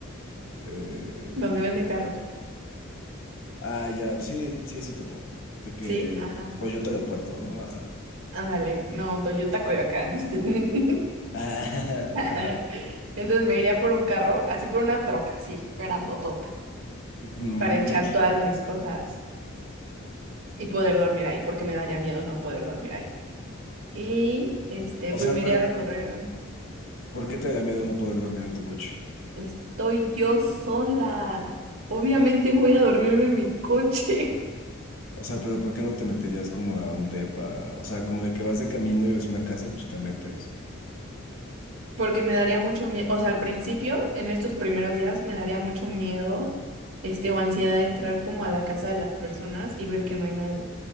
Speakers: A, on the left; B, on the right.
A: Eh,
B: Donde venden carros.
A: ah, ya, sí, sí, sí topo. De que
B: Sí, ajá.
A: Toyota Aeropuerto, ¿no? Ajá.
B: Ándale, no, Toyota Coyoacán. <laughs>
A: <laughs> Ajá,
B: <laughs>
A: ajá.
B: Entonces me iría por un carro, así por una troca, así, grandotota,
A: Ujú,
B: para echar
A: Una chida.
B: todas mis cosas y poder dormir ahí, porque me daría miedo no poder dormir ahí. Y este,
A: O
B: pues
A: sea,
B: me
A: pero
B: iría a recorrer.
A: ¿por qué te daría miedo no poder dormir en tu coche?
B: Estoy yo sola. Obviamente voy a dormirme en mi coche,
A: O sea, pero ¿por qué no te meterías como a un depa? O sea, como de que vas de camino y ves una casa y pues te metes.
B: <laughs> porque me daría mucho miedo. O sea, al principio, en estos primeros días, me daría mucho miedo, este, o ansiedad de entrar como a la casa de las personas y ver que no hay nadie,